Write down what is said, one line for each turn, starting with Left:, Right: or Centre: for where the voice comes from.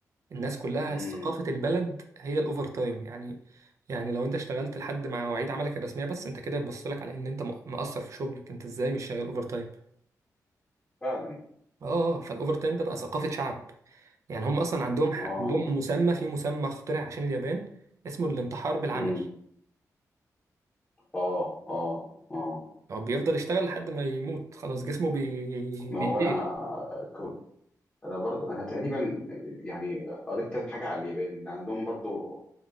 Right: الناس كلها
Left: امم
Right: ثقافة البلد هي الاوفر تايم يعني يعني لو انت اشتغلت لحد ما مواعيد عملك الرسمية بس انت كده بتبص لك على ان انت م- مقصر في شغلك انت ازاي مش شغال اوفر تايم
Left: فعلا
Right: اه آه، فالاوفر تايم ده بقى ثقافة شعب يعني هم اصلا عندهم ح-
Left: اه
Right: عندهم مسمى في مسمى اخترع عشان اليابان اسمه الانتحار بالعمل
Left: امم اه اه اه
Right: هو بيفضل يشتغل لحد ما يموت خلاص جسمه بي...
Left: ما
Right: بيفيل
Left: هو انا كو- انا برضو انا تقريبا يعني قريت كذا حاجة على اليابان ان عندهم برضو